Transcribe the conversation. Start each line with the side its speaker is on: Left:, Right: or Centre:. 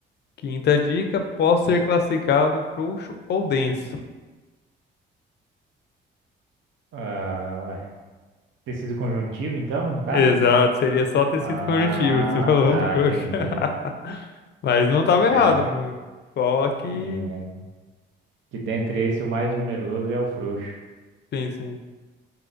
Left: Quinta dica. Posso ser classificado frouxo ou denso.
Right: Ah, ué. Tecido conjuntivo, então, no caso?
Left: Exato, seria só tecido
Right: Ah,
Left: conjuntivo, <laughs> você falou
Right: tá,
Left: frouxo.
Right: entendi.
Left: <laughs> Mas não estava errado,
Right: É, ca-
Left: pô. Só que.
Right: é, que dentre esse o mais numeroso é o frouxo.
Left: Sim, sim. O